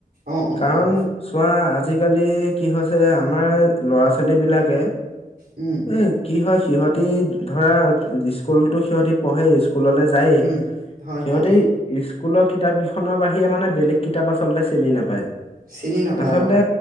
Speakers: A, on the right; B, on the left.
A: অ', অ',
B: কাৰণ
A: অ',
B: চোৱা আজিকালি কি হৈছে আমাৰ ল'ৰা ছোৱালী বিলাকে
A: উম,
B: এ কি হয় সিহতি ধৰা স্কুলতো সিহঁতি পঢ়ে স্কুললৈ যায়েই
A: উম, হয়,
B: সিহঁতে
A: হয়,
B: স্কুলৰ কিতাপ কেইখনৰ বাহিৰে মানে বেলেগ কিতাপ আচলতে চিনি নাপায়
A: চিনি নাপায়
B: আচলতে
A: অ',